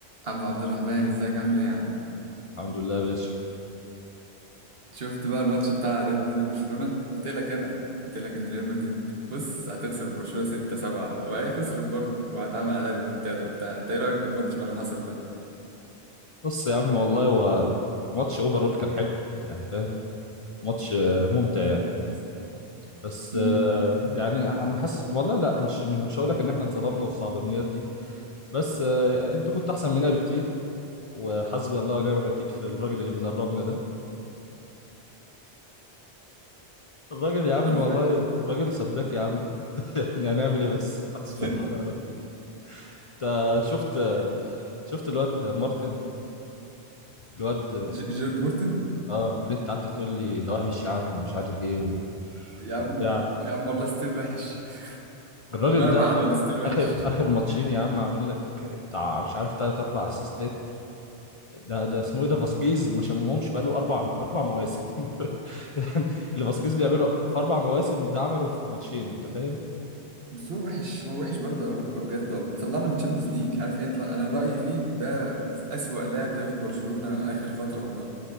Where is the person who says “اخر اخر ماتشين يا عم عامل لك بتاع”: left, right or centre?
Left